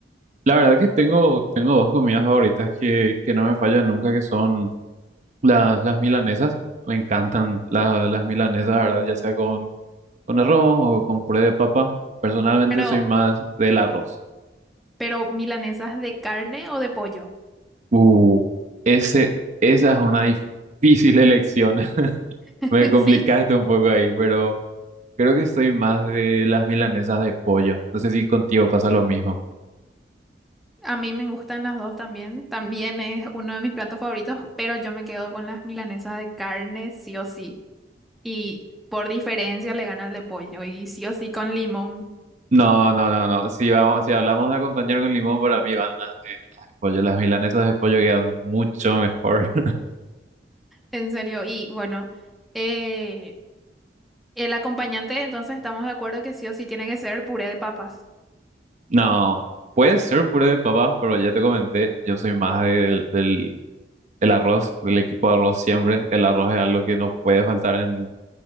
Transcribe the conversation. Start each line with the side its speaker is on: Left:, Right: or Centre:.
Right: La verdad que tengo, tengo dos comidas favoritas que, que no me fallan nunca, que son las, las milanesas. Me encantan la- las milanesas, la ¿verdad? Ya sea con, con arroz o con puré de papa. Personalmente
Centre: Pero,
Right: soy más del arroz.
Centre: pero milanesas de carne o de pollo.
Right: Uh, ese, esa es una difícil elección. <laughs>
Centre: <laughs>
Right: Me complicaste
Centre: Sí,
Right: un poco ahí, pero creo que soy más de las milanesas de pollo. No sé si contigo pasa lo mismo.
Centre: a mí me gustan las dos también. También es uno de mis platos favoritos, pero yo me quedo con las milanesas de carne sí o sí. Y por diferencia le gana el de pollo y sí o sí con limón.
Right: No, no, no, no. Si vamos, si hablamos de acompañar con limón, para mí van las de, las de pollo. Las milanesas de pollo quedan mucho mejor. <laughs>
Centre: En serio. Y bueno, eh, el acompañante entonces estamos de acuerdo que sí o sí tiene que ser puré de papas.
Right: No, puede ser puré de papas, pero ya te comenté, yo soy más del, del, del arroz, del equipo de arroz siempre. El arroz es algo que no puede faltar en